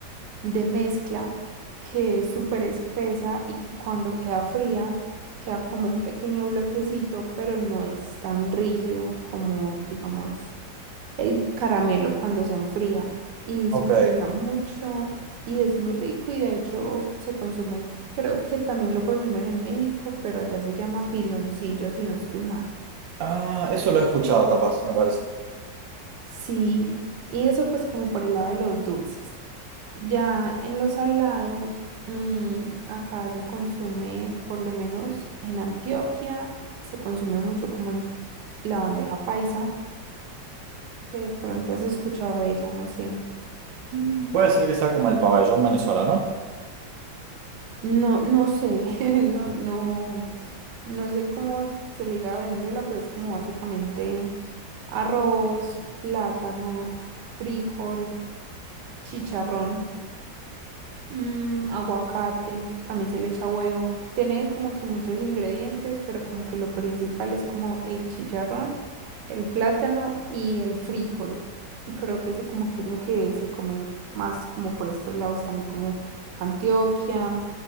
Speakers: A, on the right (about 70°); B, on the right (about 85°).
A: de mezcla que es súper espesa y que cuando queda fría queda como un pequeño bloquecito, pero no es tan rígido como, digamos, el caramelo cuando se enfría y
B: Ok.
A: se utiliza mucho y es muy rico y de hecho se consume, creo que también lo consumen en México, pero allá se llama piloncillo si no estoy mal.
B: Ah, eso lo he escuchado capaz, me parece.
A: Sí, y eso pues como por el lado de los dulces. Ya en lo salado, mm, acá se consume, por lo menos en Antioquia, se consume mucho como el- la bandeja paisa, que de pronto has escuchado de ella, no sé.
B: Mm, Puede ser que sea como el pabellón venezolano.
A: No, no sé, <laughs> no, no, no sé cómo se le diga a Venezuela, pero es como básicamente arroz, plátano, frijol, chicharrón. Mm, aguacate, también se le echa huevo. Tiene como que muchos ingredientes, pero como que lo principal es como el chicharrón, el plátano y el frijol. Y creo que eso como que es lo que se come más como por estos lados también, como Antioquia,